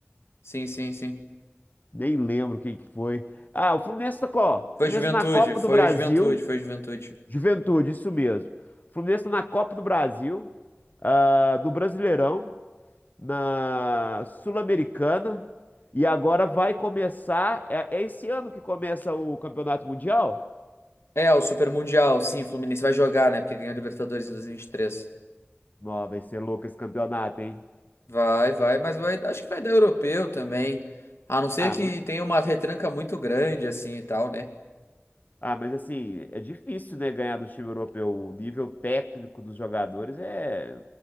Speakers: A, on the left; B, on the left.
A: Sim, sim, sim.
B: Nem lembro quem que foi. Ah, o Fluminense tá, co- ó,
A: Foi
B: o Fluminense
A: Juventude,
B: tá na Copa
A: foi
B: do Brasil.
A: Juventude, foi Juventude.
B: Juventude, isso mesmo. O Fluminense tá na Copa do Brasil, ah, do Brasileirão. na Sul-Americana e agora vai começar. É, é esse ano que começa o Campeonato Mundial?
A: É, o Super Mundial, sim, Fluminense vai jogar, né? Porque ganhou a Libertadores em 2023.
B: Nó, vai ser louco esse campeonato, hein?
A: Vai, vai, mas vai, acho que vai dar europeu também. A não ser
B: Ah,
A: que
B: muito,
A: tenha uma retranca muito grande, assim e tal, né?
B: ah, mas assim, é difícil, né, ganhar do time europeu. O nível técnico dos jogadores é